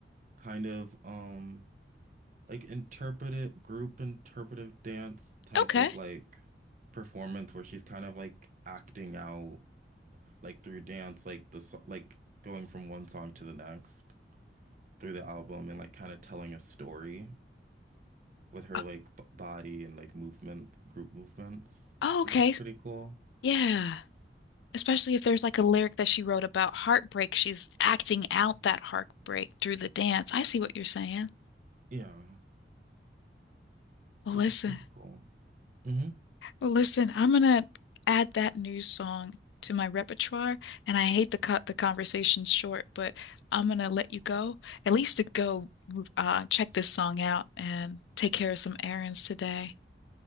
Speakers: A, on the right (about 45°); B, on the left (about 80°).
A: kind of um like interpretive group interpretive dance type
B: Okay.
A: of like performance where she's kind of like acting out like through dance like the so like going from one song to the next through the album and like kind of telling a story with her
B: Uh,
A: like b body and like movements group movements
B: oh, okay.
A: which is pretty cool
B: Yeah. Especially if there's like a lyric that she wrote about heartbreak, she's acting out that heartbreak through the dance. I see what you're saying.
A: yeah
B: Well,
A: which
B: listen.
A: is pretty cool hmm
B: Well, listen, I'm gonna add that new song to my repertoire, and I hate to cut the conversation short, but I'm gonna let you go, at least to go uh, check this song out and take care of some errands today.